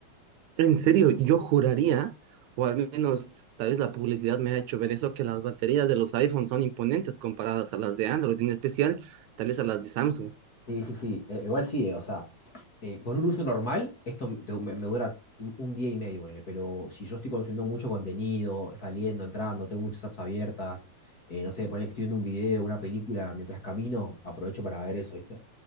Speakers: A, on the right; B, on the left.
A: En serio, yo juraría, o al menos tal vez la publicidad me ha hecho ver eso, que las baterías de los iPhones son imponentes comparadas a las de Android, en especial tal vez a las de Samsung.
B: Sí, sí, sí. Eh, igual sí, eh, o sea, eh, con un uso normal, esto te- me, me dura un un día y medio, ponele, pero si yo estoy consumiendo mucho contenido, saliendo, entrando, tengo muchas apps abiertas, eh, no sé, ponele que estoy viendo un video, una película mientras camino, aprovecho para ver eso, ¿viste?